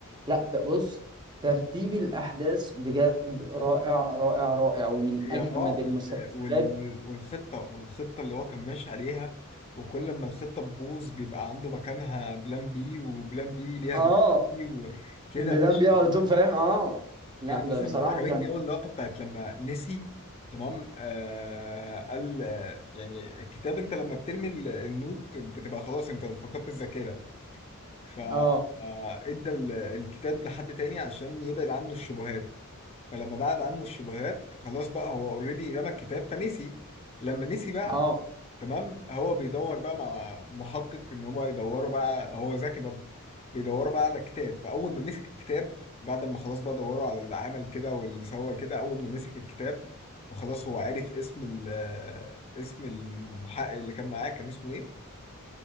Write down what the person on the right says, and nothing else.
لا ب- بص ترتيب الأحداث بجد رائع رائع رائع ومن
أجمد
المسلسلات
اه
بلان
بيه على طول فاهم اه لا
ب-
بصراحة
كان
اه
اه